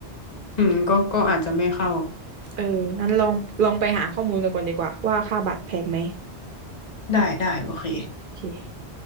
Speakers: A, on the left; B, on the right.
A: อืมก็ก็อาจจะไม่เข้า
B: <laughs> เอองั้นลองลองไปหาข้อมูลกันก่อนดีกว่าว่าค่าบัตรแพงไหม
A: ได้ได้โอเค
B: โอเค